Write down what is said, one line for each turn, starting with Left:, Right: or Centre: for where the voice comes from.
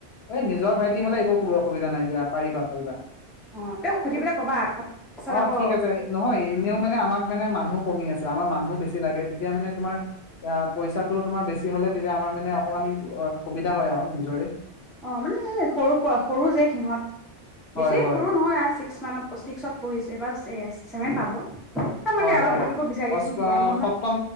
Left: এ নিজৰ ভাইটি হলে একো কব অসুবিধা নাই দিয়া পাৰিবা পাৰিবা
Centre: অ তেওঁক সুধি পেলাই ক'বা আকৌ। পিছত
Left: অ
Centre: আকৌ
Left: ঠিক আছে নহয় এনেও মানে আমাক মানে মানুহো কমি আছে আমাৰ মানুহো বেছি লাগে তেতিয়া মানে তোমাৰ অহ পইচা তোমাৰ বেছি হ'লে তেতিয়া আমাৰ মানে অকমান অ সুবিধা হয় আৰু নিজৰে
Centre: অ মানে এ সৰু প সৰু যে সিহঁত
Left: হয়
Centre: বেছি
Left: হয়
Centre: সৰু নহয় আৰু ছিক্স মান ছিক্সত পঢ়িছ এবাৰ চেভেন পাব মানে
Left: হয়
Centre: অলপ
Left: হয়
Centre: ঘূৰিব বিচাৰি দিয়াচোন
Left: অষ্ট
Centre: গৰম বন্ধ
Left: সপ্তম